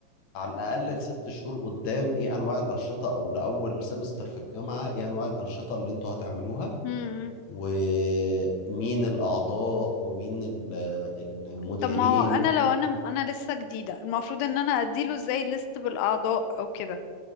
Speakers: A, on the left (about 50°); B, on the left (about 75°).
A: على الأقل لست شهور قدام إيه أنواع الأنشطة أو لأول سمستر في الجامعة إيه أنواع الأنشطة اللي أنتوا هتعملوها
B: امم
A: ومين الأعضاء ومين ال- آه، المديرين
B: طب ما هو انا لو انا انا لسه جديدة المفروض ان انا اديله ازاي ليست بالاعضاء او كده